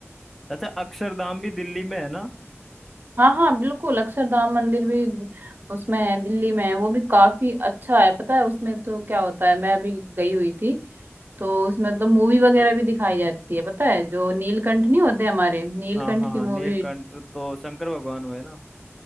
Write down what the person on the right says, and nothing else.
हाँ हाँ बिल्कुल अक्षरधाम मंदिर भी उसमें है दिल्ली में है वो भी काफी अच्छा है पता है उसमें तो क्या होता है मैं अभी गई हुई थी तो उसमें तो मूवी वगैरह भी दिखाई जाती है पता है जो नीलकंठ नहीं होते हमारे नीलकंठ
की मूवी